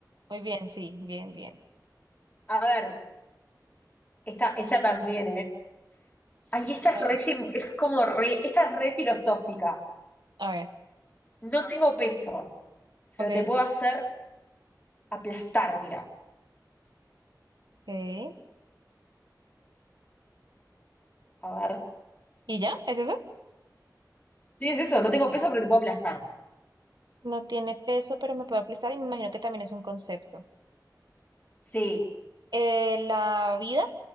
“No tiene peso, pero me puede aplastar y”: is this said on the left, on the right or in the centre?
Right